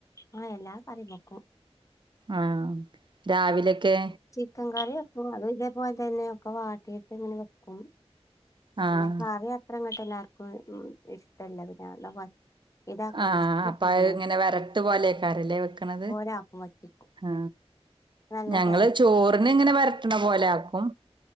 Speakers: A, on the left; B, on the right.
A: ആ എല്ലാ കറിം വെക്കും
B: ആ രാവിലെക്കെ
A: ചിക്കൻ കറി വെക്കും അതും ഇതേപോൽ തന്നെ ഒക്കെ വാട്ടിയിട്ട് ഇങ്ങനെ വെക്കും
B: ആഹ്
A: പിന്നെ കറി അത്ര ഇങ്ങട്ട് എല്ലാർക്കും ഇഷ്ടല്ല പിന്നെ ഇതാക്കണം
B: ആ
A: ഇഷ്ടാക്കലാണ്
B: അപ്പ അഹ് ഇങ്ങനെ വരട്ട് പോലെക്കാര ല്ലേ വെക്ക്ണത്
A: ലാക്കും വറ്റിക്കും
B: ആ
A: നല്ല
B: ഞങ്ങള്
A: ടേസ്റ്റ്
B: ചോറ്ന് ഇങ്ങനെ വര്ട്ട്ണ പോലെ ആക്കും